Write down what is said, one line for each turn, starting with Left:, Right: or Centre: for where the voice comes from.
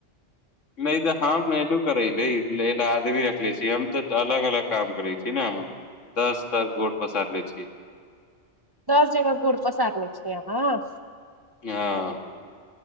Left: नहि तऽ हम एू करै ले लए आदमी रखले छीिय हम तऽ अलग अलग काम करै छी ने हम दस तर गोर पसारले छी
Right: दस जना गोड़ पसारने छै अहँ
Left: हँ